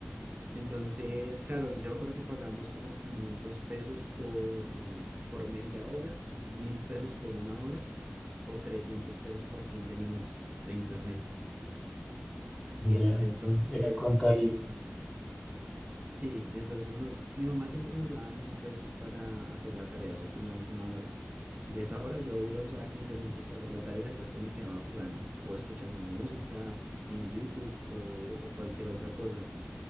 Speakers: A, on the right (about 45°); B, on the left (about 15°).
A: Entonces, claro, yo me acuerdo que pagábamos como 500 pesos por, mm, por media hora, mil pesos por una hora o 300 pesos por 15 minutos de internet. Y en
B: Ya,
A: ese entonces,
B: era, era con tarifa.
A: eh, Sí, entonces nos- mi mamá siempre nos daba mil pesos para hacer la tarea, o sea, teníamos una hora. De esa hora yo la usaba 15 minutos para hacer la tarea, el resto me quedaba jugando o escuchando música en YouTube o, o cualquier otra cosa.